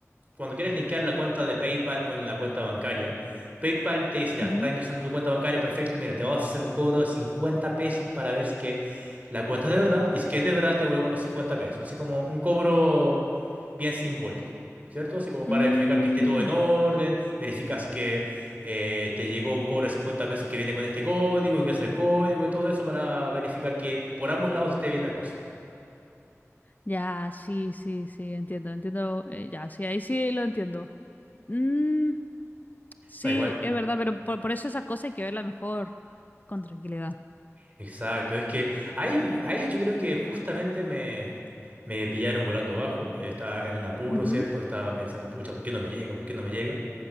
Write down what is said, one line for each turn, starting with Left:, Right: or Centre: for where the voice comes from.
Right: cuando quieres linkear la cuenta de PayPal con la cuenta bancaria, PayPal te dice, ya,
Left: Ujú.
Right: está ingresando tu cuenta bancaria, perfecto, mira, te vas a hacer un cobro de 50 pesos para ver si que la cuenta es de verdad y si que es de verdad te devolvemos los 50 pesos, así como un cobro bien simbólico. ¿Cierto? Así como para
Left: Mm,
Right: verificar que esté todo en orden, verificas que eh, te llegó un cobro de 50 pesos que viene con este código, ingresa el código y todo eso para verificar que por ambos lados esté bien la cosa.
Left: ya, sí, sí, sí, entiendo, entiendo. eh, ya, sí, ahí sí lo entiendo. Mm, sí,
Right: Da igual.
Left: es verdad, pero por, por eso esas cosas hay que verlas mejor con tranquilidad.
Right: Exacto, es que ahí, ahí yo creo que justamente me, Me pillaron volando bajo, eh, estaba en un apuro,
Left: Ujú.
Right: ¿cierto? Estaba pensando, pucha, ¿por qué no me llega? ¿Por qué no me llega?